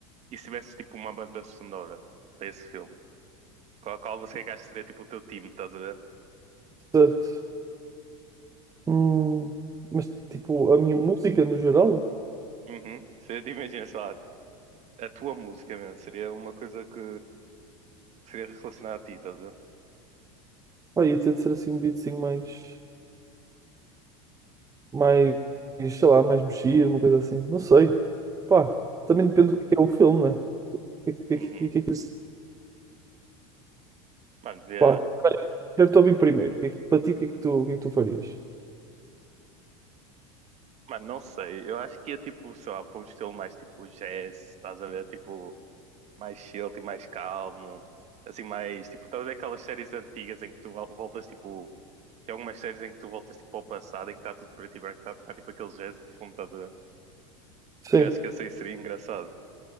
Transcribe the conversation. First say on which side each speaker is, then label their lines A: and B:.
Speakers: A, on the right; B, on the right.
A: e se tivesse tipo uma banda sonora para esse filme? Qual, qual você acha que seria tipo o teu time, estás a ver?
B: Certo. Hum, mas tipo, a minha música no geral,
A: Uhum. Seria, tipo, imagina, sei lá, a tua música mesmo. Seria uma coisa que que seria relacionada a ti, estás a ver?
B: pá, ia ter de ser assim um beatzinho mais, mais, sei lá, mais mexido, uma coisa assim. Não sei. Pá, também depende do que é o filme, né? que, que,
A: Uhum.
B: que, que, que,
A: Mano, via...
B: pá, eu estou bem primeiro. Que, é que- para ti, o que é que tu, o que é que tu farias?
A: Mano, não sei. Eu acho que ia tipo, sei lá, para um estilo mais tipo jazz, estás a ver? Tipo, mais chill, tipo, mais calmo, assim, mais, tipo, estás a ver aquelas séries antigas em que tu vol- voltas, tipo, tem algumas séries em que tu voltas, tipo, ao passado, em que está tudo preto e branco, está a tocar, tipo, aquele jazz de fundo, estás a ver?
B: Sim,
A: Eu acho que assim seria engraçado.